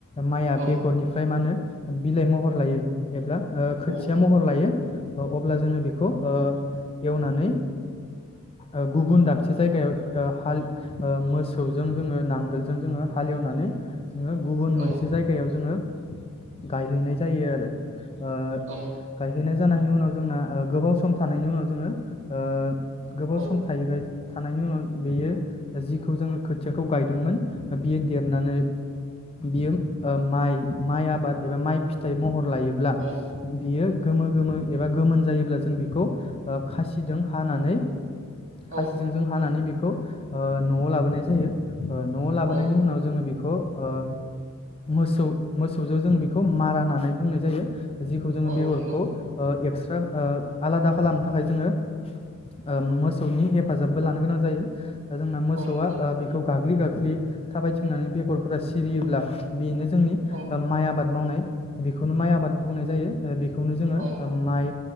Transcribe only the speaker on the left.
माइआ
बेगरनिफ्राय मा नो बिलाइ महर लायो एब्ला खोथिया
महर लायो अब्ला जोङो बेखौ ओ एवनानै ओ गुबुन दा से जायगायाव हाल ओ मोसौजों जोङो नांगोलजों जोङो हालेवनानै <unintelligible> गुबुन मोनसे
जायगायाव जोङो गायहैनाय जायो आरो ओ
गायहै जानायनि उनाव जोंना ओ गोबाव सम थानायनि उनाव जोङो ओ गोबाव
सम थाहैबा- थानायनि उनाव बेयो जिखौ जोङो खो थियाखौ गायदोंमोन बियो देरनानै बियो ओ माइ माइ आबाद एबा माइ फिथाइ महर लायोब्ला
बियो गोमो गोमो एबा गोमोन जायोब्ला जों बिखौ खास इदों हानानै
खासिजों
जों हाना नै बेखौ ओ नआव लाबोनाय जायो ओ नआव लाबोनायनि
उनाव जोङो बेखौ ओ मोसौ मोसौजों जों बेखौ मारा होननानै बुंनाय जायो जिखौ जोङो
बेगरखौ
ओ एक्सट्रा ओ आलादा खालामनो थाखाय जोङो ओ मोसौनि हेफाजाबबो लानो गोनां जायो दा जोंना मोसौआ
ओ बेखौ गाग्लि गाग्लि थाबायथिंनानै बेगरफोरा सिरियोब्ला बेनो जोंनि
माइ आबाद मावनाय बेखौनो माइ आबाद बुंनाय जायो बेखौनो जोङो
माइ